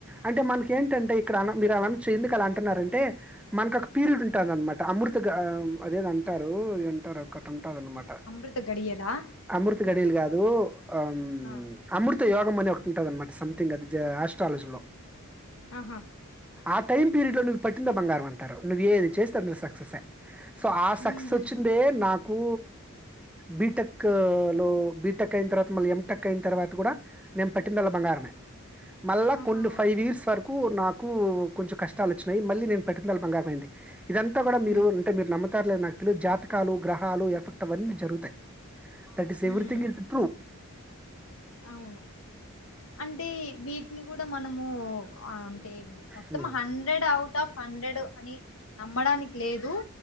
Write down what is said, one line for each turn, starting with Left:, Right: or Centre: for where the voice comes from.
Centre: అంటే మనకి ఏంటంటే ఇక్కడ అన్న మీరు అనచూ ఎందుకు అలా అం అంటున్నారు అంటే మనకు ఒక పీరియడ్ ఉంటుంద అనమాట అమృత గాడ్ ఆ అదేదో అంటారు ఎంటారు ఒక్కటం టారు అన్న మాట
Left: అమృత గడియలా
Centre: అమృత గడియలు కాదు అమ్
Left: ఆ,
Centre: అమృత తే యోగం అనే ఒకటి ఉంటంది అనమాట సంథింగ్ అది ఆస్ట్రాలజీ లో
Left: ఆహా
Centre: ఆ టైమ్ పీరియడ్ లో నువ్వు పట్టిందే బంగారం అంటారు నువ్వు ఏది చేస్తే అందులో సక్సెస్ ఏ సో ఆ సక్సస్
Left: ఉహు
Centre: చుండే నాకూ బిటెక్ లో బిటెక్ అయిన తర్వాత మళ్లీ ఎంటెక్ అయిన తర్వాత కూడా నే పట్టిందల్లా బంగారమే మళ్ళా
Left: ఆహా
Centre: కొన్ని
Left: ఓకే
Centre: ఫైవ్ ఇయర్స్ వరకు నాకు కు కొంచెం కష్టాలు వచ్చినాయి మళ్ళీ నేను పెట్టినందాల్ల బంగారమయింది. ఇదంతా కూడా మీరు
Left: ఉమ్
Centre: అంటే మీరు నమ్మర్ తర్ లేదో నాక్ తెలీదు జాత్ జాతకాలు గ్రహాలు ఎఫెక్ట్ అవన్నీ జరుగుతాయి. Thought is everything
Left: um,
Centre: is true
Left: అవును అంటే వీటిని కూడా మనము అవ్ను టెం మొత్తం
Centre: హ్మ్.
Left: హండ్రెడ్ అవుట్ ఆఫ్ హండ్రెడ్ అని నమ్మడానికి లేదు